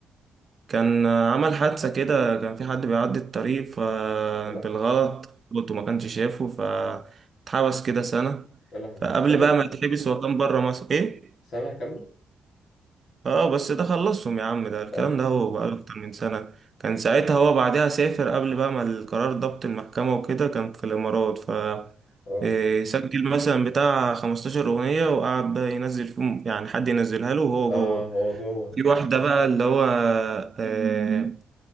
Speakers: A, on the right; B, on the left.
A: كان آه، عمل حادثه كده كان في حد بيعدي الطريق فبالغلط
B: لا
A: خبطه وما كانش شافه فاتحبس كده سنه
B: يا لهوي
A: فقبل
B: سنة
A: بقى ما يتحبس هو كان بره مصر ايه
B: سنة كاملة
A: اه بس ده خلصهم يا عم ده الكلام
B: اه
A: ده هو بقاله اكتر من سنة كان ساعتها هو بعدها سافر قبل بقى ما القرار ضبط المحكمة وكده كان في الامارات ف
B: اه
A: إيه، سجل مثلا بتاع 15 اغنية وقعد بقى ينزل فيهم يعني حد ينزلها له وهو
B: اه
A: جوه
B: هو جوه
A: في واحدة بقى اللي هو آه